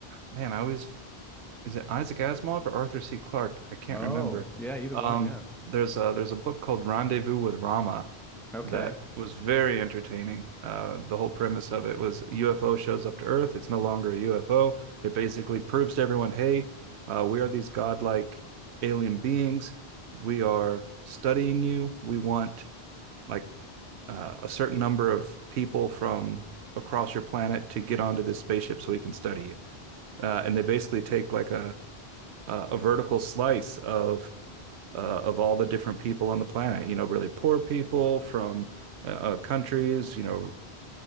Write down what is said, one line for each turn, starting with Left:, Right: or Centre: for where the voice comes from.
Right: man. I always is it Isaac Asimov or Arthur C. Clarke? I can't
Centre: Oh,
Right: remember.
Centre: yeah, either
Right: Um,
Centre: one. Yeah.
Right: there's a there's a book called Rendezvous with Rama
Centre: Okay.
Right: that was very entertaining. Uh, the whole premise of it was UFO shows up to Earth. It's no longer a UFO. It basically proves to everyone, hey, uh, we are these godlike alien beings. We are studying you. We want like uh, a certain number of people from across your planet to get onto this spaceship so we can study you. Uh, and they basically take like a uh, a vertical slice of uh, of all the different people on the planet. You know, really poor people from uh, uh, countries. You know,